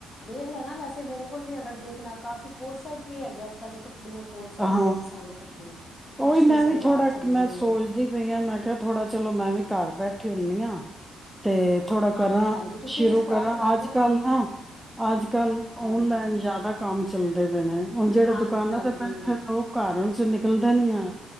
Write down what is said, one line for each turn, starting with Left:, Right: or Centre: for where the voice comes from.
Left: ਦੇਖ ਲੈਣਾ ਵੈਸੇ ਮੇਰੇ ਕੋਲ ਵੀ ਅਗਰ ਦੇਖਣਾ ਕਾਫੀ ਕੋਰਟ ਸੈਟ ਵੀ ਹੈਗੇ। ਅੱਜ ਕੱਲ੍ਹ ਦੇਖੋ ਕੁੜੀਆਂ ਕੋਟ ਸੈਟ
Centre: ਹਾਂ
Left: ਬੜੇ ਪਸੰਦ ਕਰਦੀਆਂ ਫਰਸ਼ੀ
Centre: ਉਹੀ ਮੈਂ
Left: ਸਲਵਾਰ
Centre: ਵੀ ਥੋੜਾ
Left: ਚੱਲੀ
Centre: ਮੈਂ
Left: ਦੀ
Centre: ਸੋਚਦੀ
Left: ਏ
Centre: ਪਈ ਆਾਂ ਮੈਂ ਕਿਹਾ ਥੋੜਾ ਚਲੋ ਮੈਂ ਵੀ ਘਰ ਬੈਠੀ ਹੁੰਦੀ ਹਾਂ ਤੇ ਥੋੜਾ
Left: ਹਾਂਜੀ
Centre: ਕਰਾਂ
Left: ਹਾਂਜੀ ਤੁਸੀਂ
Centre: ਸ਼ੁਰੂ
Left: ਵੀ ਸਟਾਰਟ
Centre: ਕਰਾਂ
Left: ਕਰ
Centre: ਅੱਜ
Left: ਲਓ
Centre: ਕੱਲ
Left: ਕੰਮ
Centre: ਨਾ ਅੱਜ ਕੱਲ ਓਨਲਾਈਨ
Left: ਹਾਂਜੀ
Centre: ਜ਼ਿਆਦਾ ਕੰਮ ਚੱਲਦੇ ਪਏ ਨੇ ਹੁਣ ਜਿਹੜੇ
Left: ਹਾਂਜੀ
Centre: ਦੁਕਾਨਾਂ
Left: ਹਾਂਜੀ
Centre: ਤੇ ਪੈ ਥ ਉਹ ਕਾਰਨ ਚੋ ਨਿਕਲਦਾ ਨੀ ਆ